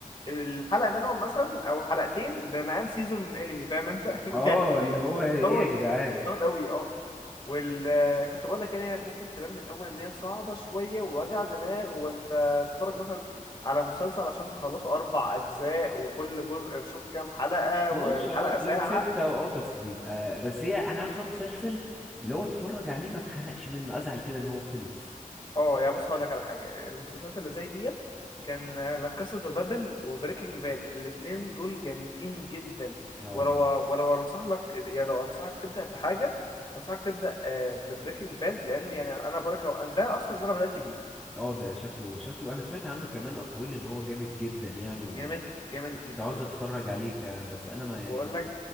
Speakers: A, on the left; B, in the centre.
A: الحلقه منهم مثلا او حلقتين بمقام سيزون انمي فاهم انت <laughs>
B: اه
A: يعني
B: اللي هو ايه
A: طول
B: يا جدعان
A: طول قوي اه وال كنت بقول لك يعني هي ممكن تبان من الاول ان هي صعبه شويه ووجع دماغ وانت تتفرج مثلا على مسلسل عشان تخلصه اربع اجزاء وكل جزء شوف كام حلقه
B: 12
A: والحلقه
B: اه بتلاقيهم
A: ساعه
B: ستة اه بس بيبقى بس هي انا عاوز بقى مسلسل اللي هو اتفرج عليه ما اتخنقش منه ازعل كده ان هو خلص
A: اه يعني بص هقول لك على حاجه المسلسلات اللي زي ديت كان لا كاسا دو بابل وبريكنج باد الاتنين دول جامدين جدا
B: اه
A: ولو ولو انصح لك يعني لو انصحك تبدا بحاجه انصحك تبدا آه، ببريكنج باد لان يعني انا بقول لك ده اصلا اللي انا بدات بيه
B: اه ده شكله شكله انا سمعت عنه كمان اقوال ان هو جامد جدا يعني و...
A: جامد جامد
B: وكنت
A: جدا
B: عاوز اتفرج عليه فعلا بس انا ما يعني
A: واقول لك